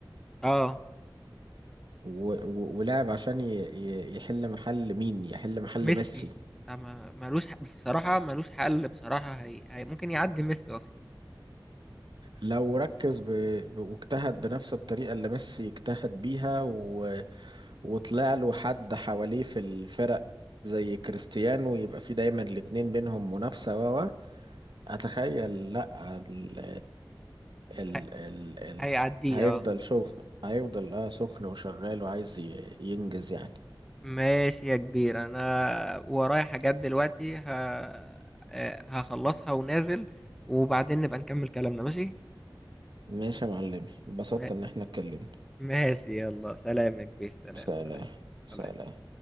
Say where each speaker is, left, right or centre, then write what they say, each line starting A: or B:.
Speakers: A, in the centre; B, on the right.
A: اه
B: و... و... ولعب عشان ي... ي- يحل محل مين يحل محل
A: ميسي
B: ميسي
A: أما ملوش حق بس بصراحة ملوش حل بصراحة هي... هي... ممكن يعدي ميسي أصلا
B: لو ركز ب... ب- واجتهد بنفس الطريقة اللي ميسي اجتهد بيها و... وطلع له حد حواليه في الفرق زي كريستيانو يبقى في دايما الاتنين بينهم منافسة و و اتخيل لا ال... ال...
A: هي...
B: ال... ال...
A: هيعديه
B: هيفضل
A: اه
B: شغل هيفضل اه سخن وشغال وعايز ي... ينجز يعني
A: ماشي يا كبير انا ورايا حاجات دلوقتي ه... آه، هخلصها ونازل وبعدين نبقى نكمل كلامنا ماشي
B: ماشي يا معلمي اتبسطت
A: ما-
B: ان احنا اتكلمنا
A: ماشي يلا سلام يا كبير سلام
B: سلام
A: سلام
B: سلام
A: سلام